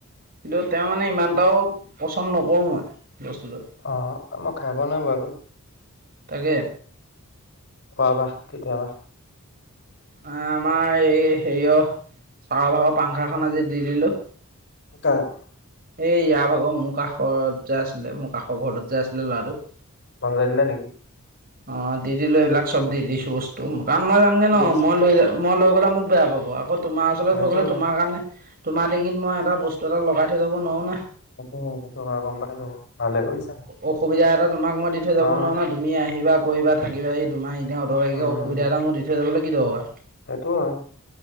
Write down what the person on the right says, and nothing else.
কিন্তু তেওঁ মানে ইমানটাও পচন্দ নকৰোঁ মই বস্তুটো
তাকে
এ আমাৰ এই হেৰিয়ৰ চাৰৰ ভাগৰ পাংখাখন আজি দি দিলোঁ।
এই ইয়াৰ ভাগৰ মোৰ কাষত যে আছিলে মোৰ কাষৰ ঘৰটোত যে আছিলে ল'ৰাটো
অঁ দি দিলো এইবিলাক চব দি দিছো বস্তু কাৰণ মই যামগে
ন
মই লৈ যাম মই লৈ গ'লে মোক বেয়া পাব। আকৌ তোমাৰ ওচৰত
হৈ গ'লে তোমাৰ কাৰণে তোমাৰ ডিঙিত মই এটা বস্তু এটা লগাই থৈ ল'ব নোৱাৰো না।
অসুবিধা এটা তোমাক মই দি থৈ যাব
নোৱাৰো নহয়। তুমি আহিবা কৰিবা থাকিবা আহি তোমাৰ এনে অদৰকাৰীকে
অসুবিধা এটা মোৰ দি থৈ যাবলৈ কি দৰকাৰ।